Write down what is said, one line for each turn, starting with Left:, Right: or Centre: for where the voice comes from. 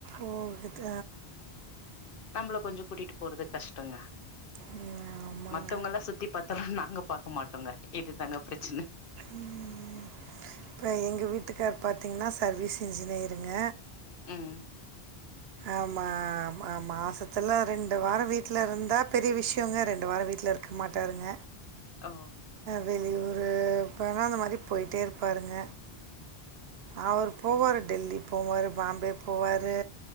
Right: ஓ இதுக்க
Left: நம்பள கொஞ்சோ கூட்டிட்டு போறது கஷ்டங்க
Right: ம், ஆமாங்க
Left: மத்தவங்கல்லா சுத்தி பார்த்தாலு நாங்க பாக்க மாட்டோங்க இதுதாங்க பிரச்சன
Right: ம் இப்ப எங்க வீட்டுக்கார் பாத்தீங்கன்னா சர்வீஸ் இன்ஜினியருங்க
Left: ம்
Right: ஆமா மா மாசத்துல ரெண்டு வாரோ வீட்ல இருந்தா பெரிய விஷ்யங்கோ ரெண்டு வாரோ வீட்ல இர் க்க மாட்டாருங்க
Left: ஓ
Right: வெளியூரு போனா அந்த மாரி போய்ட்டே இருப்பாருங்க அவர் போவாரு டெல்லி போவாரு பாம்பே போவாரு